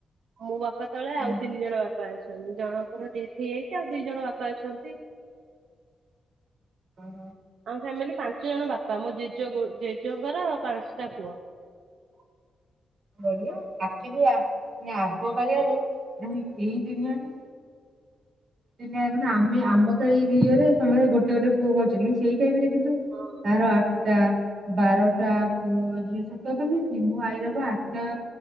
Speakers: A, on the right; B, on the right.
A: ମୋ ବାପା ତଳେ
B: ହୁଁ
A: ଆଉ ତିନି ଜଣ ଵା ବାପା ଅଛନ୍ତି ଜଣଙ୍କର ଡେଥ୍ ହେଇଯାଇଛି। ଆଉ ଦି ଜଣ ବାପା ଅଛନ୍ତି।
B: ଅହ।
A: ଆମ ଫ୍ୟାମିଲି ପାଞ୍ଚ ଜଣ ବାପା ମୋ ଜେଜେ ଜେଜେଙ୍କର ପାଞ୍ଚଟା ପୁଅ।
B: ବଢିଆ ଆକ୍ଚୁଲି ଆ ଆଗକାଳିଆରେ ଆମେ ଏଇ ଦୁନିଆରେ <unintelligible> ଆମେ ଆମ ଏଇରେ ସମସ୍ତେ ଗୋଟେ ଗୋଟେ ପୁଅ କରୁଛନ୍ତି। ସେଇ ଟାଇମ ରେ କିନ୍ତୁ
A: ହଁ।
B: କାହାର ଆଟା ବାରଟା ପୁଅ ଝିଅ ସତକଥା ନୁହଁକି, ମୁଁ ଆଇରବା ଆଟା